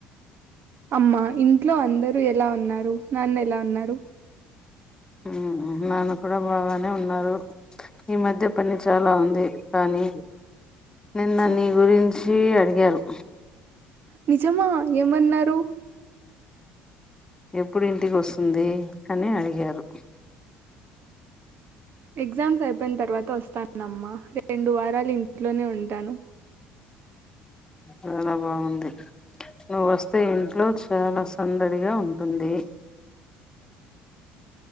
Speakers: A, on the right; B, on the left.
A: అమ్మా ఇంట్లో అందరూ ఎలా ఉన్నారు నాన్న ఎలా ఉన్నారు
B: హమ్ నాన్న కూడా బాగానే ఉన్నారు ఈ మధ్య పని చాలా ఉంది కానీ నిన్న నీ గురించి అడిగారు
A: నిజమా ఏమన్నారు
B: ఎప్పుడు ఇంటికి వస్తుంది అని అడిగారు
A: ఎగ్జామ్స్ అయిపోయిన తర్వాత వస్తాను అమ్మా రెండు వారాలు ఇంట్లోనే ఉంటాను
B: చాలా బాగుంది నువ్వు వస్తా స్తే ఇంట్లో చాలా సందడి గా ఉంటుంది